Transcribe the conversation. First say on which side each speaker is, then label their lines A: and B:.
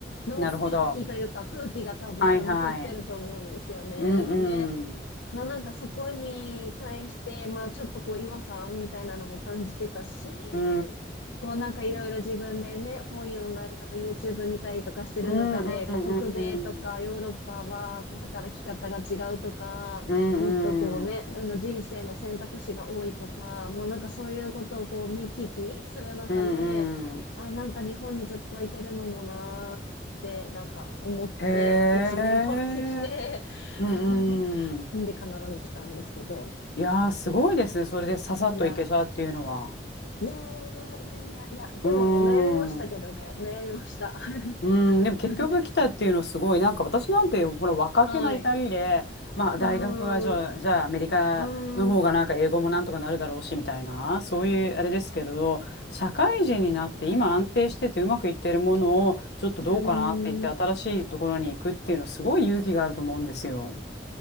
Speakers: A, on the left; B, on the left.
A: の雰囲気というか空気が多分まだ残ってると思うんですよね。
B: なるほど。はい、はい。うん、
A: ね
B: うん、
A: まあなんかそこに対して、まあちょっとこう違和感みたいなのも感じてたし、
B: うん、
A: こうなんかいろいろ自分でね、
B: うん、
A: 本読んだりとか YouTube 見たりとかしてる中で、
B: うん、うん、
A: こう北米とかヨーロッパはこう働き方が違うとか、
B: うん、うん、
A: もっとこうね、
B: うん、
A: あの人生の選択肢が多いとか、まあなんかそういうことをこう見聞きする中で、
B: うん、うん。
A: あ、なんか日本にずっといてるのもなーってなんか思って一年発起して
B: へえ。うん、
A: <laughs>
B: うん。
A: んでカナダに来たんですけど、
B: いやー、すごいですね。それでささっといけちゃうっていうのは。
A: いや、いやー、いやいやいや、でもね、
B: うー
A: 悩みましたけどね、
B: ん。う
A: 悩みました。<laughs>
B: ん、でも結局来たっていうのすごい、なんか私なんて、ほら、若気の至りで、
A: はい。
B: まあ、
A: うーん、
B: 大学はじゃあ、じゃあアメリカの方がなんか英語もなんとかなるだろうし、
A: うーん、
B: みたいな、そういうあれですけど、社会人になって今安定しててうまくいってるものを、
A: はい。
B: ちょっとどうかなって言って新しいところに行くっていうのすごい勇気があると思うんですよ。
A: うーん、う